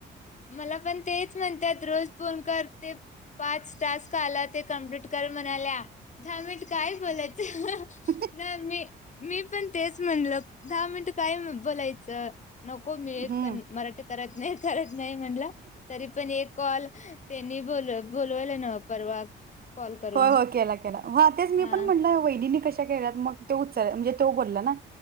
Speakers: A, on the left; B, on the right.
A: मला पण तेच म्हणतात रोज फोन करते <unintelligible> पाच तास आला ते कमप्लीट कर म्हणाल्या दहा मिट काय बोलाय
B: ह
A: <unintelligible>
B: <unintelligible>
A: नाही मी मी पण तेच म्हणल दहा मिनट काय बोलायचं. <unintelligible> नको मिळे
B: हम्म
A: मराठी करत नाही करत नाही म्हणलं तरी पण एक कॉल- <unintelligible> त्यांनी बोल बोलवलं न परवा <unintelligible> करून
B: हो हो केला केला आताच मी
A: हा
B: पण म्हटलं वैदिनी कशा केल्यात मग <unintelligible> तो उच म्हणजे तो बोलला ना